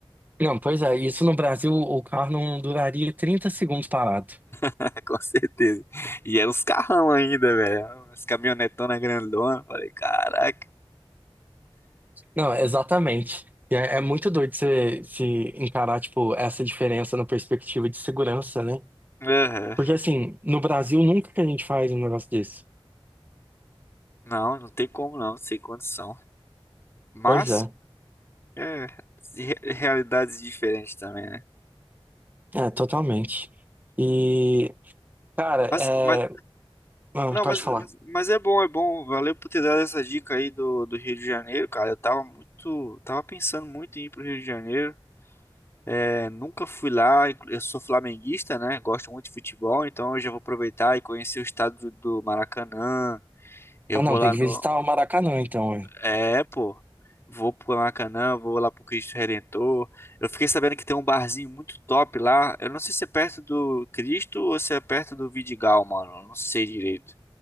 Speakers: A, on the right; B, on the left.
A: Não, pois é, isso no Brasil o carro não duraria 30 segundos parado.
B: <laughs> Com certeza. E eram os carrão ainda, velho. As caminhonetonas grandonas. Eu Falei, caraca.
A: Não, exatamente. E é, é muito doido você se encarar, tipo, essa diferença na perspectiva de segurança, né?
B: Aham.
A: Porque, assim, no Brasil nunca que a gente faz um negócio desse.
B: Não, não tem como não, sem condição. Mas,
A: Pois é,
B: é, re- realidades diferentes também, né?
A: é, totalmente. E, cara, é...
B: Mas, mas,
A: ah,
B: não,
A: pode
B: mas,
A: falar.
B: mas, mas é bom, é bom. Valeu por ter dado essa dica aí do, do Rio de Janeiro, cara. Eu tava muito, tava pensando muito em ir pro Rio de Janeiro. É, nunca fui lá, inclu- eu sou flamenguista, né? Gosto muito de futebol, então eu já vou aproveitar e conhecer o estado do, do Maracanã. Eu
A: Ah,
B: vou
A: não,
B: lá
A: tem que
B: no,
A: visitar o Maracanã, então. é.
B: É, pô. Vou pro Maracanã, vou lá pro Cristo Redentor. Eu fiquei sabendo que tem um barzinho muito top lá. Eu não sei se é perto do Cristo ou se é perto do Vidigal, mano. Eu não sei direito.